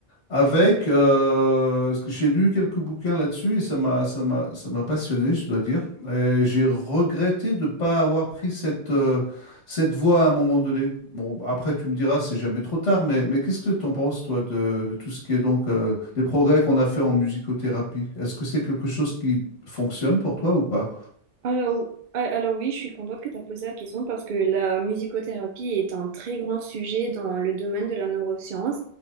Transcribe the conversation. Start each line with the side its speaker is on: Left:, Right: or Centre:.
Left: avec, euh, parce que j'ai lu quelques bouquins là-dessus et ça m'a, ça m'a, ça m'a passionné, je dois dire. Et j'ai regretté de ne pas avoir pris cette, euh, cette voie à un moment donné. Bon, après, tu me diras, c'est jamais trop tard, mais, mais qu'est-ce que tu en penses, toi, de, de tout ce qui est donc euh, les progrès qu'on a fait en musicothérapie? Est-ce que c'est quelque chose qui fonctionne pour toi ou pas?
Right: Alors, a- alors oui, je suis contente que tu as posé la question parce que la musicothérapie est un très grand sujet dans le domaine de la neuroscience